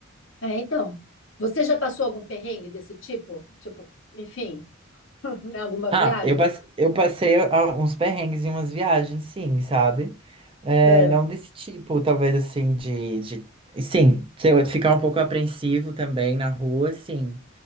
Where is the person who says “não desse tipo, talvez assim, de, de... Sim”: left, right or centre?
Right